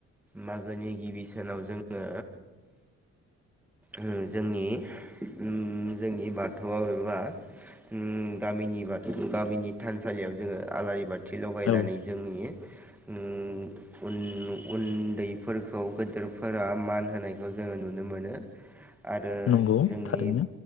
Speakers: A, in the centre; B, on the left.
A: मागोनि गिबि सानाव जोङो ओ जोंनि ओम जोंनि बाथौआव एबा ओम गामिनि बाथ गामिनि थानसालियाव जोङो आलारि बाथ थि लगायनानै
B: औ
A: जोंनि ओम उन उन्दैफोरखौ गेदेरफोरा मान होनायखौ जोङो नुनो मोनो आरो
B: नंगौ
A: जोंनि
B: थारैनो